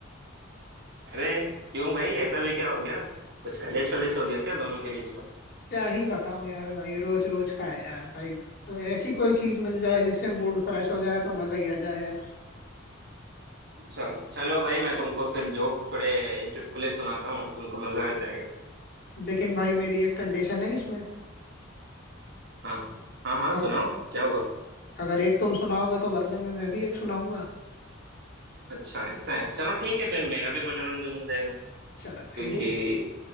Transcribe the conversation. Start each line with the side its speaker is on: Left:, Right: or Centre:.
Right: अरे क्यों भाई ऐसा भी क्या हो गया कुछ कलेश वलेश हो गया क्या दोनों के बीच में
Left: क्या ही बताऊं यार भाई रोज रोज का है यार भाई तो ऐसी कोई चीज मिल जाए जिससे मूड फ्रेश हो जाए तो मजा ही आ जाए यार
Right: अच्छा चलो भाई मैं तुमको फिर जोक थोड़े चुटकुले सुनाता हूँ तुमको मजा आ जाएगा
Left: लेकिन भाई मेरी एक कंडीशन है इसमें
Right: हाँ हाँ हाँ
Left: अग,
Right: सुनाओ क्या हुआ
Left: अगर एक तुम सुनाओगे तो बदले में मैं भी एक सुनाऊंगा
Right: अच्छा ऐसा है चलो ठीक है फिर मेरा भी मनोरंजन हो जाएगा
Left: चलो
Right: क्योंकि
Left: भाई श-